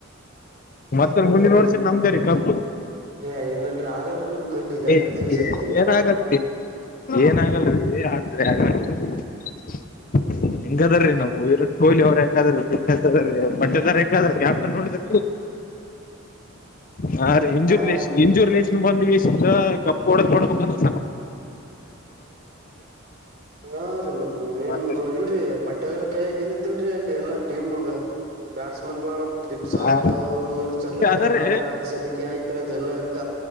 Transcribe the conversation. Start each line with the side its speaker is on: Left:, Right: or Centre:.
Left: ಮತ್ತೊಂದು
Right: ನೋಡ್ರಿ
Left: ಮುಂದಿನ ವರ್ಷ ನಮ್ದೇ ರೀ ಕಪ್.
Right: ಏ ಇರ್ಲಿಲ್ರರಿ ಆಗಲ್ರಿ ನಿಮ್ ಕೈಲಿ ಈಗ ಆಯ್ತ್
Left: ಏ
Right: ಸತ್ರಿ ಪಾಲ್
Left: ಏನಾಗಲ್ ಏನಾಗಲ್ ರೀ ಹತ್ರಿ. <unintelligible> ಹೆಂಗದಾರೀಮಮ್ಮ ವಿರಾಟ್ ಕೊಹ್ಲಿ ಅವ್ರ ಹೆಂಗಾದ್ರಿಟ್ಸ್ ಅದೀ ಪಟ್ಟೇದಾರ್ ಹೆಂಗಾದದ್ರ ಕ್ಯಾಪ್ಟನ್ ನೋಡ್ರೀ. ಹಾ ರೀ ಇಂಜುರ್
Right: ಹಾ
Left: ಲ
Right: ರೀ
Left: ಇಂಜೂರ್ ಲೇಶನ್ ಬಂದವಿ. ಕಪ್ಪೋಡ ಹೋಡಕೋಡ ಬೇಕ.
Right: ಹಾ ರೀ ಮತ್ ಏನು
Left: ಮತ್ತೆ
Right: ಇಲ್ರಿ ಪಟ್ಟ. ಬಟ್ಟದರ ಕೈಯಾಗಿ ಏನಿದಿಲ್ರರಿ ಅಲ್ಲಿ ಎಲ್ಲ ಟಮ್ ಬ್ಯಾಟ್ಸ್. ಮನ್ಗಳಗಳು ನಮ್ ಫ್ಲಿಪ್ಸಾರ್ಟ
Left: ಹಾ
Right: ಅವರು ಊರು ಚಂದ ಆಡಿದ್ರೆ
Left: ಅದಾರೀ
Right: ಆಟ ಆಡಿಸಲಿಿಕ ಐತ್ ಅದೆ ಎಲ್ಲ ಇಲ್ಕ.